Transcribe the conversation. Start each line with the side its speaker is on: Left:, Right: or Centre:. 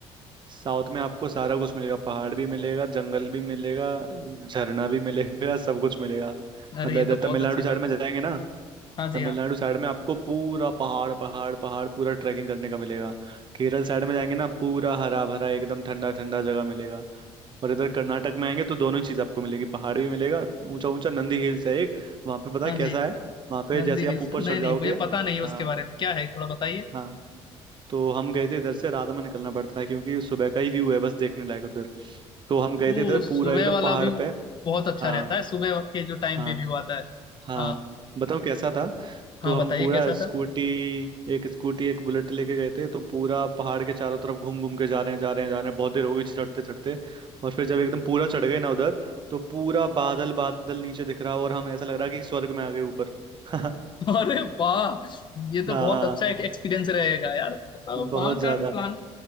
Right: साउथ में आपको सारा कुछ मिलेगा पहाड़ भी मिलेगा जंगल भी मिलेगा झरना भी मिलेगा <laughs> सब कुछ मिलेगा
Left: अरे
Right: मतलब
Left: ये
Right: इधर
Left: तो बहुत
Right: तमिलनाडु
Left: अच्छी बात
Right: साइड में
Left: है
Right: जाएंगे ना
Left: हाँ जी
Right: तमिलनाडु
Left: हाँ
Right: साइड में आपको पूरा पहाड़ पहाड़ पहाड़ पूरा ट्रैकिंग करने का मिलेगा केरल साइड में जाएंगे ना पूरा हरा भरा एकदम ठंडा ठंडा जगह मिलेगा और इधर कर्नाटक में आएंगे तो दोनों ही चीज़ आपको मिलेगी पहाड़ भी मिलेगा ऊंचा ऊंचा नंदी हिल्स है एक वहाँ पे पता
Left: हाँ
Right: है कैसा
Left: जी
Right: है वहाँ पे
Left: नंदी
Right: जैसे आप
Left: हिल्स
Right: ऊपर
Left: नहीं
Right: चढ़
Left: नहीं
Right: जाओगे
Left: मुझे पता नहीं है उसके
Right: हाँ
Left: बारे में क्या है थोड़ा बताइए
Right: हाँ तो हम गए थे इधर से रात में निकलना पड़ता है क्योंकि सुबह का ही व्यू है बस देखने लायक उधर तो हम गए
Left: वो
Right: थे इधर
Left: सुबह
Right: पूरा एकदम
Left: वाला
Right: पहाड़
Left: व्यू
Right: पे
Left: बहुत अच्छा
Right: हाँ
Left: रहता है सुबह के जो टाइम
Right: हाँ
Left: पे व्यू आता है
Right: हाँ
Left: हाँ
Right: बताऊँ कैसा था
Left: हाँ
Right: तो हम
Left: बताइए
Right: पूरा
Left: कैसा
Right: स्कूटी
Left: था
Right: एक स्कूटी एक बुलेट लेके गए थे तो पूरा पहाड़ के चारों तरफ घूम घूम के जा रहे हैं जा रहे हैं जा रहे हैं बहुत देर हो गई चढ़ते चढ़ते और फिर जब एकदम पूरा चढ़ गए ना उधर तो पूरा बादल बादल नीचे दिख रहा और हम ऐसा लग रहा कि स्वर्ग में आ गए ऊपर <laughs>
Left: <laughs> अरे वाह ये तो
Right: हाँ
Left: बहुत अच्छा एक एक्सपीरियंस रहेगा यार बताओ
Right: बहुत
Left: वहाँ का
Right: ज्यादा
Left: भी प्लान